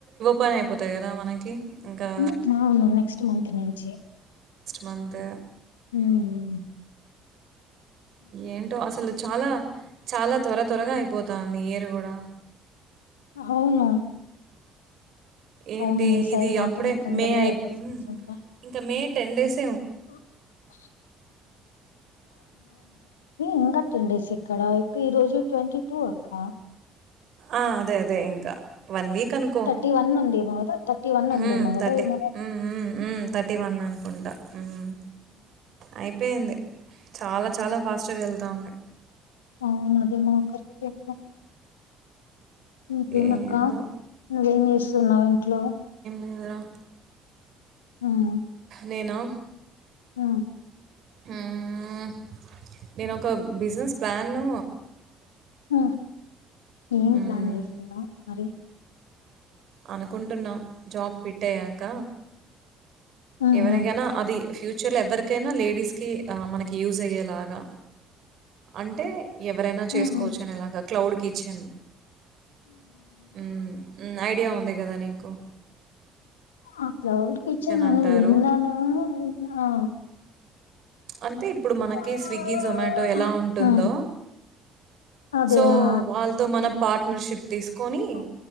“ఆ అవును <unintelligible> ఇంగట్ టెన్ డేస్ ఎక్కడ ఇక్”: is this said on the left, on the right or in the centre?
Left